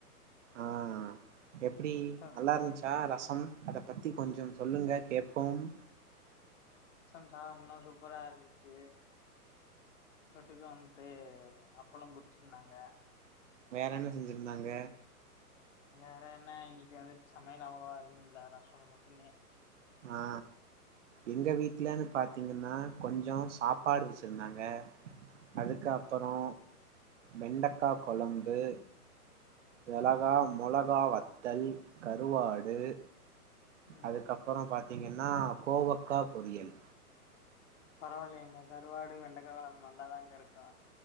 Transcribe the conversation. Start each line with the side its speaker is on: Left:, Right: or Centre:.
Right: ஆ எப்பிடி
Left: இப்ப
Right: நல்லா இருந்துச்சா ரச அம் அதப் பத்தி கொஞ்சம் சொல்லுங்க கேப் போம்
Left: ரசம் சாதம்ன்னா சூப்பரா இருந்துச்சி தொட்டுக்க வந்ட்டு அப்பளம் பொறிச்சிருந்தாங்க
Right: வேற என்ன செஞ்சிருந்தாங்க
Left: வேற என்ன இன்னிக்கு வந்துட் சமையல் அவ்ளவா எதுவு இல்ல ரசம் மட்டுதெ
Right: ஆ எங்க வீட்டுலன்னு பாத்தீங்கன்னா கொஞ்சோ சாப்பாடு வச்சிருந்தாங்க அதுக்கு அப்புறோ வெண்டக்கா கொழம்பு மிளகா மொளகா வத்தல் கருவாடு
Left: ம் ம்
Right: அதுக்கப் அப்புறோ பாத்தீங்கன்னா கோவக்கா பொ றியல்
Left: பரவாலியேங்க கருவாடு வெண்டக்காகொழம்பு நல்லாதாங்க இருக்கு